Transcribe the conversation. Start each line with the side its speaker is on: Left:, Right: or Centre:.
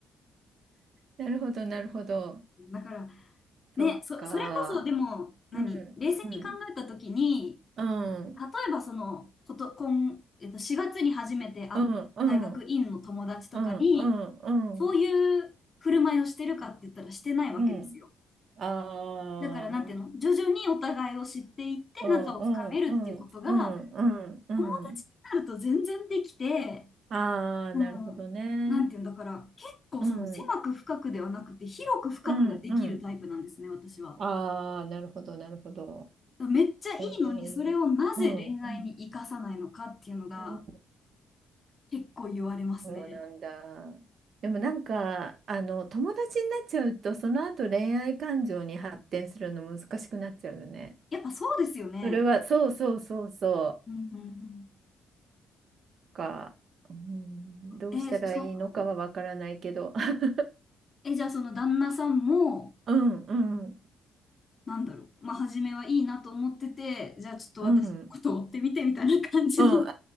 Right: なるほど、なるほど。
Left: だから、ね、
Right: そうか。
Left: そ、それこそ、でも、何、
Right: うん、
Left: 冷静に考えたときに、
Right: うん、うん、
Left: 例えば、その、こと、今、えっと、4月に初めて会った大学院の友達とかに、
Right: うん、うん、うん、うん、うん、
Left: そういう振る舞いをしてるかって言ったら、
Right: うん
Left: してないわけですよ。
Right: うん。ああ、
Left: だから、なんていうの、徐々にお互いを知っていって仲を深めるっていうことが、
Right: うん、うん、うん、うん、うん、うん。
Left: 友達になると全然できて、
Right: ああ、
Left: その、
Right: なるほどね。
Left: なんていうんだから、結構その狭く深くではなくて、
Right: うん、
Left: 広く深くができるタイプなんですね、
Right: うん、うん。
Left: 私は。
Right: ああ、なるほど、なるほど。
Left: だからめっちゃいいのに、
Right: えー、
Left: それをなぜ恋愛に生かさないのかっていうのが
Right: うん、うん、うん
Left: 結構言われますね。
Right: そうなんだ。でもなんか、あの、友達になっちゃうと、その後恋愛感情に発展するの難しくなっちゃうよね。
Left: やっぱそうですよね。
Right: それは、そうそうそうそう。
Left: うんうん
Right: か、うん、どうしたらいいのかはわからないけど。
Left: うん。えーその、
Right: <laughs>
Left: え、じゃあその旦那さんも、
Right: うん、うん、
Left: なんだろう、まあ、初めはいいなと思ってて、じゃあちょっと私のことを追ってみてみたいな感じの
Right: うん、うん。あ、